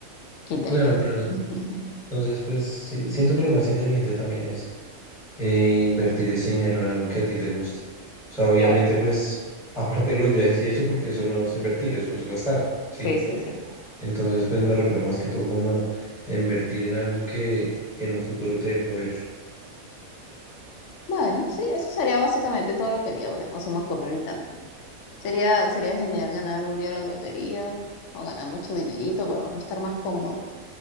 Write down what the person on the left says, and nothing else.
Qué inteligente.
<laughs>
Claro,
sí, sí, sí.
Bueno, sí, eso sería básicamente todo lo que haría, porque no se me ocurre ahorita nada. Sería, sería genial ganar un día la lotería o ganar mucho dinerito para uno estar más cómodo,